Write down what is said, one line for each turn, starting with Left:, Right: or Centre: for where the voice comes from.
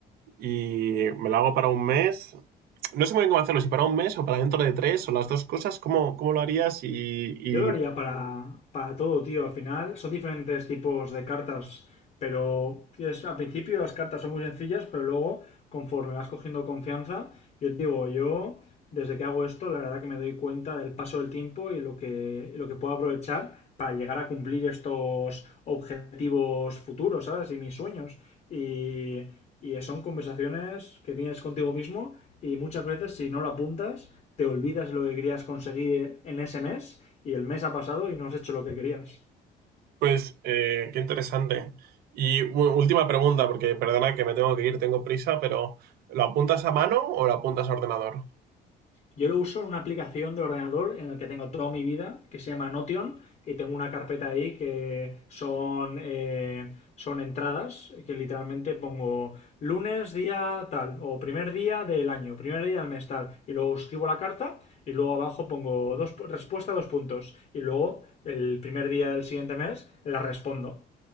Right: y me la hago para un mes. No sé muy bien cómo hacerlo, si para un mes o para dentro de tres o las dos cosas, ¿cómo, cómo lo harías? Y, y
Left: Yo lo haría para, para todo, tío. Al final son diferentes tipos de cartas, pero es al principio las cartas son muy sencillas, pero luego, conforme vas cogiendo confianza, yo te digo, yo desde que hago esto, la verdad que me doy cuenta del paso del tiempo y lo que, y lo que puedo aprovechar para llegar a cumplir estos objetivos futuros, ¿sabes? Y mis sueños. Y, y son conversaciones que tienes contigo mismo y muchas veces si no lo apuntas te olvidas lo que querías conseguir en ese mes y el mes ha pasado y no has hecho lo que querías.
Right: pues, eh, qué interesante. Y u- última pregunta, porque perdona que me tengo que ir, tengo prisa, pero ¿lo apuntas a mano o lo apuntas a ordenador?
Left: Yo lo uso en una aplicación de ordenador en la que tengo toda mi vida, que se llama Notion, y tengo una carpeta ahí que son, eh, son entradas, que literalmente pongo lunes, día tal, o primer día del año, primer día del mes tal, y luego escribo la carta, y luego abajo pongo dos, respuesta dos puntos, y luego el primer día del siguiente mes la respondo.